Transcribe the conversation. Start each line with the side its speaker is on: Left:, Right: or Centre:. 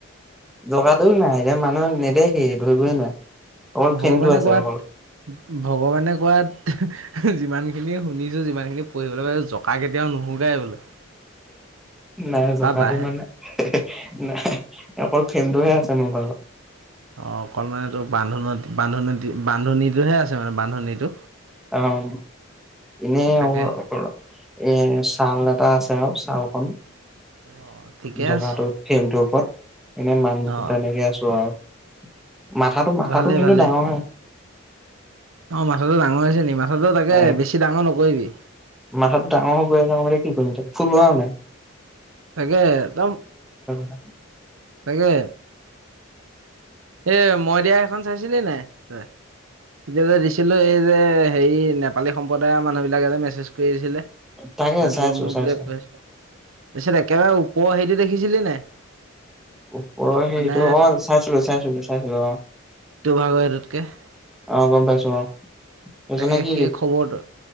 Centre: জকাটোও নাই, এতিয়া মানুহে নেদেখেই ধৰিবই নোৱাৰে। অকল
Right: ভগৱানে
Centre: ফেমটো আছে
Right: কোৱাত
Centre: অকল।
Right: ভগৱানে কোৱাত যিমান খিনি শুনিছো যিমান খিনি পঢ়িবলৈ পাইছো জকা কেতিয়াও নুশুকাই বোলো।
Centre: নাই জকাটো
Right: বাঢ়ে
Centre: মানে নাই, অকল ফেমটোহে আছে মোৰ বাৰু
Right: অ', অকন মানে টোৰ বান্ধোন বান্ধোন-বান্ধনীটোহে আছে মানে বান্ধনীটো
Centre: অ', ইনে
Right: তাকে
Centre: মোৰ এ ছাল এটা আছে আৰু ছালকন
Right: অ ঠিকে
Centre: জকাটো
Right: আছে
Centre: ফেমটোৰ ওপৰত, এনে মানুহটো
Right: অ
Centre: তেনেকে আছো আৰু। মাথাটো মাথাটো
Right: ভালে
Centre: কিন্তু
Right: ভালে
Centre: ডাঙৰ
Right: অ', মাথাটো ডাঙৰ হৈছে নি? মাথাটো তাকে
Centre: উম।
Right: বেছি ডাঙৰ নকৰিবি।
Centre: মাথাটো ডাঙৰ হৈ গৈ আছে এতিয়া কি কৰিম ফুলোৱাও নাই।
Right: তাকে একদম
Centre: <unintelligible>
Right: তাকে এ মই দিয়া এইখন চাইছিলি নাই তই? তেতিয়া দিছিল ছিলো এই যে, হেয়ি নেপালী সম্প্ৰদায়ৰ মানুহবিলাকে যে, মেছেজ কৰি আছিলে।
Centre: তাকে
Right: মানে
Centre: চাইছো
Right: তোমাৰ <unintelligible>
Centre: চাইছো
Right: তাপিছত একেবাৰে ওপৰ হেৰিটো দেখিছিলি নাই?
Centre: ওপৰ হেৰিটো
Right: মানে
Centre: অ', চাইছিলো, চাইছিলো, চাইছিলো অ'।
Right: <unintelligible>
Centre: অ', গম পাইছো অ'। সেইজনে
Right: তাকে
Centre: কি
Right: সেই খবৰটো